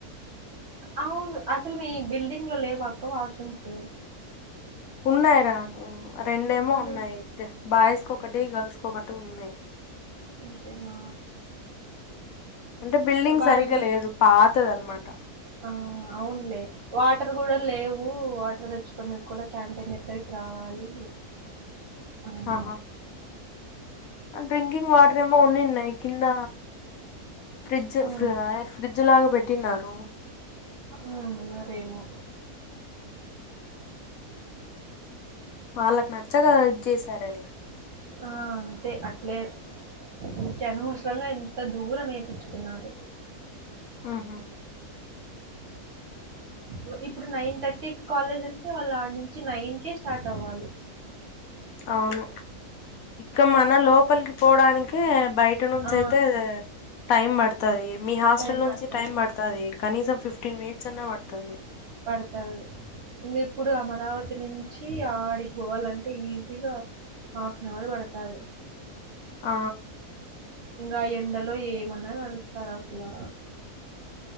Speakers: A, on the right; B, on the left.
A: అవును అసలు మీ బిల్డింగ్ లో లేవాక్క వాష్రూమ్స్
B: ఉన్నాయి రా రెండేమో
A: మరి
B: ఉన్నాయి అంతే బాయ్స్ కొకటి గర్ల్స్ కొకటి ఉన్నాయి
A: ఒకటేనా
B: అంటే బిల్డింగ్
A: వాళ్ళు
B: సరిగ్గా లేదు పాతదనమాట
A: ఆ అవున్లే వాటర్ కూడా లేవు వాటర్ తెచ్చుకునేది కూడా క్యాంటీన్ దగ్గరికి రావాలి అవు
B: ఆహా డ్రింకింగ్ వాటర్ ఏమో ఉన్నిన్నాయ్ కింద ఫ్రిడ్జ్
A: ఉమ్
B: అదే ఫ్రిడ్జ్ జులాగ పెట్టిన్నారు
A: ఉ మరేమో
B: వాళ్ళకి నచ్చగా ఇది చేసారండి
A: ఆ అంతే అట్లే ఓకే అనవసరంగా ఎంత దూరం వేపించుకున్నారు
B: ఆహా
A: ఊ ఇప్పుడు నైన్ థర్టీ కాలేజ్ అంటే వాళ్ళు ఆడ నుంచి నైన్ కేే స్టార్ట్ అవ్వాలి <inaudible>
B: అవును ఇక్క మన లోపలికి పోవడానికి బయట నుంచి
A: ఆ
B: అయితే టైం పడుతాది మీ హాస్టల్
A: టైం
B: నుంచి
A: పడతది
B: టైమ్ పడతాది కనీసం ఫిఫ్టీన్ మినిట్స్ అన్నా పడుతాది
A: పడతాది ఇంకా ఇప్పుడు అమరావతి నుంచి ఆడికి పోవాలంటే ఈజీగా హాఫ్ అన్ అవర్ పడతాది
B: ఆ
A: ఇంకా ఎండలో ఏమన్నా నడుస్తారు అసలు